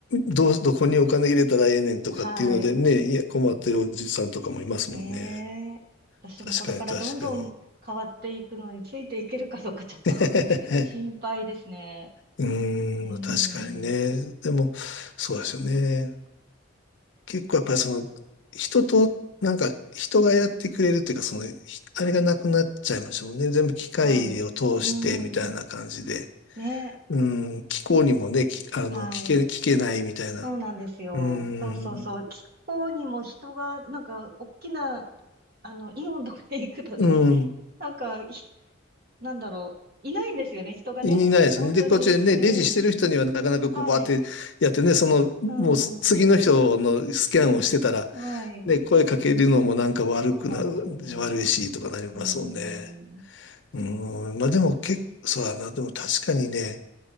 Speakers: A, on the left; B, on the right.
A: どう、どこにお金入れたらええねんとかっていうのでね、
B: はい。
A: いや、困ってるおじさんとかもいますもんね。
B: ねえ。私もこれからどんどん変わっていくのについていけるかどうかちょっと
A: 確かに、確かに。<laughs>
B: <laughs> 心配ですね。
A: うーん、
B: うー
A: 確かにね。
B: ん。
A: でも、そうですよね。結構やっぱりその、人と、なんか、人がやってくれるっていうか、その、ひあれがなくなっちゃいましたもんね。全部機械を通してみたいな感じで。
B: はい。うーん。ね。
A: うん、気候にもね、きあの、
B: はい。
A: 聞け、聞けないみたいな。
B: そうなんですよ。
A: うん、
B: そうそうそう。気候にも人が、なんか、大きな、あの、イオンとか行くとで、
A: うん、
B: <laughs> なんか、ひなんだろう。いないんですよね、人がね。
A: い、いないですね。
B: 本当に。
A: で、こっちでね、
B: うん。
A: レジしてる人にはなかなかこう、
B: はい。
A: バーってやってね、その、
B: う
A: もうす次の人のスキャンをしてたら、
B: ん。はい。
A: ね、声かけるのもなんか悪くな、
B: そうなんですよね。
A: 悪いしとかなりますもんね。
B: うん。
A: うーん、まあでも結構、そうだな。でも確かにね、